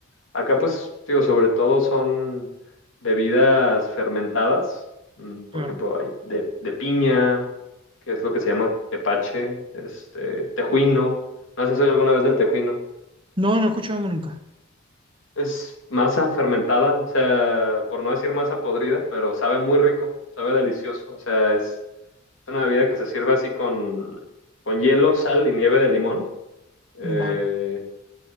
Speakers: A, on the left; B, on the right.
A: acá pues, digo, sobre todo son bebidas fermentadas. Mm, Por
B: Claro.
A: ejemplo, hay de, de piña, que es lo que se llama tepache, este, tejuino. No sé si has oído alguna vez del tejuino.
B: No, no escuchamos nunca.
A: Es masa fermentada, o sea, por no decir masa podrida, pero sabe muy rico, sabe delicioso. O sea, es, es una bebida que se sirve así con, con hielo, sal y nieve de limón. Eh,
B: Vale.